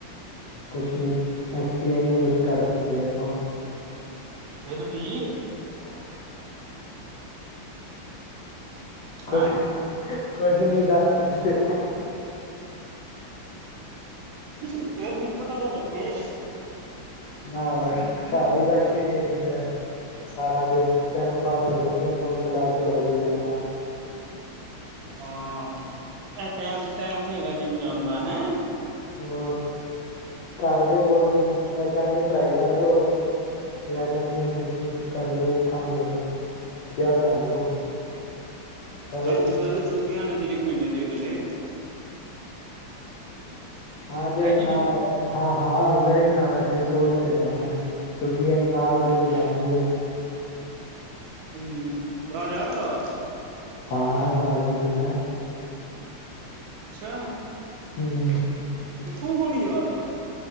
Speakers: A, on the left (about 80°); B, on the right (about 75°).
A: ਕੁਛ ਨੀ ਐਕਸਪਲੇਨ ਨੀ ਕੁਛ ਕਰ ਸਕਦੇ ਆਪਾ
B: ਫਿਰ ਵੀ
A: ਹ <inaudible>
B: ਹੈਂ
A: ਕੁਛ -ਕੁਛ ਨੀ ਦੱਸ ਸਕਦੇ।
B: ਫਿਰ ਵੀ ਪਤਾ ਤੇ ਲੱਗੇ।
A: ਨਾ ਬਸ ਘਰ ਈ ਬੈਠੇ ਰਹੀਦਾ ਸਾਰਾ ਦਿਨ ਟਾਇਮ ਪਾਗਲ ਹੋ ਜਾਨੇ ਆ ਫੋਨ ਚਲਾ ਕੇ, ਹੋਰ ਕੀ ਕਰਨਾ।
B: ਹਾ ਇਹ ਟਾਇਮ -ਟਾਇਮ ਨੀ ਹੈਗਾ ਜਿਮ ਜਾਣ ਦਾ ਹੈਅ
A: ਹੋਰ ਘਰਦੇ ਬੋਲਦੇ ਨੇ ਜਾ ਕਹਿੰਦੇ ਪੜ੍ਹਾਈ ਕਰ ਲੋ। ਜਾ ਕਹਿੰਦੇ ਨੇ ਜਿੰਮ ਕਰ ਲੋ ਇੱਕ ਕੰਮ ਕਰੋ। ਜਾ ਘੁੰਮ ਲੋ। ਸਾਰੇ
B: ਆਹ
A: ਕੰਮ
B: ਹੁਣ ਤੋ ਬਾਅਦ ਛੁੱਟੀਆ ਨੇ ਤਰੀਕ ਮਹੀਨੇ ਦੀ ਅਗਲੇ
A: ਹਾ ਦੇਖਣਾ
B: ਹੈ ਕਿ ਨੀ
A: ਹਾ -ਹਾ ਵੇਖਣਾ ਵੈਸੇ ਸੋਚ ਤੇ ਰਿਹਾ ਮੈ ਕਿਉਕਿ ਇਹ ਨਾਲ ਦੇ ਤੇ ਜਾਣਗੇ।
B: ਹਮ ਉਹ ਰਾਜਾ ਜਾ ਰਿਹਾ ਵਾ।
A: ਹਾ ਰਾਜਾ ਜਾਦਾ ਏ।
B: ਅੱਛਾ।
A: ਹਮ।
B: ਤੇ ਤੂੰ ਕਿਉ ਨੀ ਜਾ ਰਿਹਾ।